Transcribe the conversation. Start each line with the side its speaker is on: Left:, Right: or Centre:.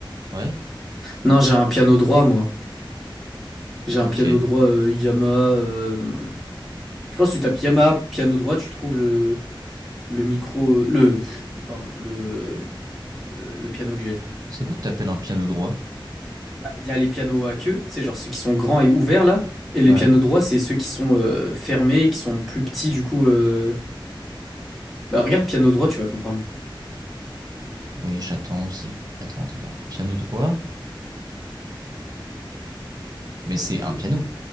Right: Ouais.
Centre: Non, j'ai un piano droit, moi. J'ai un
Right: Ok.
Centre: piano droit euh, Yamaha. euh, Je pense que tu tapes Yamaha piano droit, tu trouves le le micro, le pff, pardon, le euh, le piano que j'ai.
Right: C'est quoi que t'appelles un piano droit?
Centre: Bah, Il y a les pianos à queue, c'est genre ceux qui sont grands et ouverts là, et les
Right: Ouais.
Centre: pianos droits, c'est ceux qui sont euh, fermés, qui sont plus petits du coup. euh, Bah regarde piano droit, tu vas comprendre.
Right: Oui, j'attends, c'est... Attends, attends, attends. Piano droit? Mais c'est un
Centre: Euh,
Right: piano.